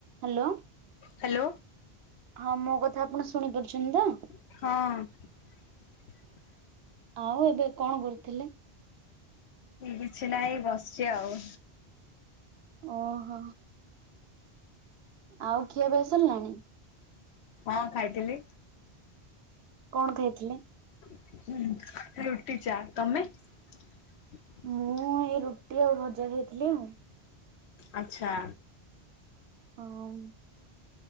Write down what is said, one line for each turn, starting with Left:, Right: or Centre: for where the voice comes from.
Right: ହ୍ୟାଲୋ
Left: ହ୍ୟାଲୋ
Right: ହଁ ମୋ କଥା ଆପଣ ଶୁଣି ପାରୁଛନ୍ତି ତ
Left: ହଁ
Right: ଆଉ ଏବେ କଣ କରୁଥିଲେ
Left: କିଛି ନାହିଁ ବସିଚି ଆଉ।
Right: ଓହୋ। ଆଉ ଖିଆ ପିଆ ସାରିଲାଣି?
Left: ହଁ ଖାଇଥିଲି।
Right: କଣ ଖାଇଥିଲେ?
Left: ହୁଁ
Right: ମୁଁ ଏଇ ରୁଟି ଆଉ ଭଜା ଖାଇଥିଲି ଆଉ।
Left: ଆଚ୍ଛା।
Right: ହଁ।